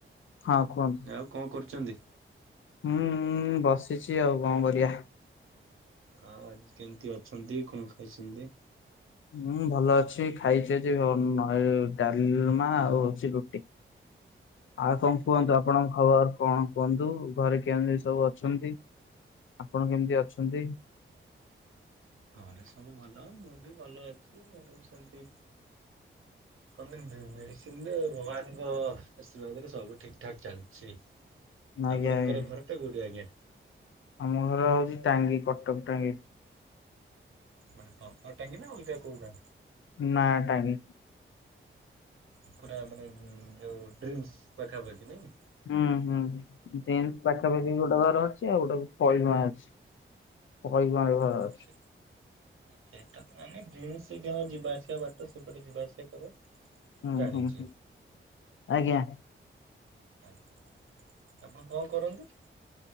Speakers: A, on the left (about 65°); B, on the right (about 75°).
A: ହଁ କୁହନ୍ତୁ
B: ଆଉ କଣ କରୁଛନ୍ତି?
A: ହୁଁ ବସିଛି ଆଉ କଣ କରିବା?
B: ଆଉ ଆଜି କେମିତି ଅଛନ୍ତି କଣ ଖାଇଛନ୍ତି?
A: ହଁ ଭଲ ଅଛି ଖାଇଛି ଆଜି ଅ-ନଏ-ଡାଲମା ଆଉ ହଉଛି ରୁଟି।
B: <inaudible>
A: ଆଉ କଣ କୁହନ୍ତୁ, ଆପଣଙ୍କ ଖବର କଣ କୁହନ୍ତୁ, ଘରେ କେମିତି ସବୁ ଅଛନ୍ତି? ଆପଣ କେମିତି ଅଛନ୍ତି?
B: ଘରେ ସବୁ ଭଲ ମୁଁ ବି ଭଲ ଅଛି ଘରେ ବି ସେମତି କହନ୍ତିିନି ମେଡିସିନରେ ଭଗବାନଙ୍କ ଆଶ୍ରୀବାଦରେ ସବୁ ଠିକ ଠାକ ଚାଲିଛି।
A: ଆଜ୍ଞା
B: ଆପଣଙ୍କର
A: ଆଜ୍ଞା।
B: ଘର ଟା କୋଉଠି ଆଜ୍ଞା?
A: ଆମ ଘର ହଉଛି ଟାଙ୍ଗି କଟକ ଟାଙ୍ଗି।
B: ମାନେ ପପର ଟାଙ୍ଗି ନା ଅଲଗା କୋଉ ଗାଁ?
A: ନା ଟାଙ୍ଗି।
B: ପୁରା ମାନେ ଯୋଉ ଡ୍ରିମ୍ସ ପାଖା ପାଖି ନାଇଁ?
A: ହୁଁ ହୁଁ ଡ୍ରିମ୍ସ ପାଖାପାଖି ଗୋଟେ ଘର ଅଛି ଆଉଟା ପଇଗୁଆଁ ଅଛି, ପଇଗୁଆଁ ରେ ଘର
B: ହଁ
A: ଅଛି।
B: ସେ ସେଇଟା ତ ମାନେ ଡ୍ରିମ୍ସ କି ଯିବା ଆସିବା ବାଟ ସେ ବାଟେ ଯିବା ଆସିବା କର?
A: ହୁଁ
B: ଜାଣିଛି।
A: ହୁଁ ହୁଁ ଆଜ୍ଞା।
B: ଆଜ୍ଞା ଆପଣ କଣ କରନ୍ତି?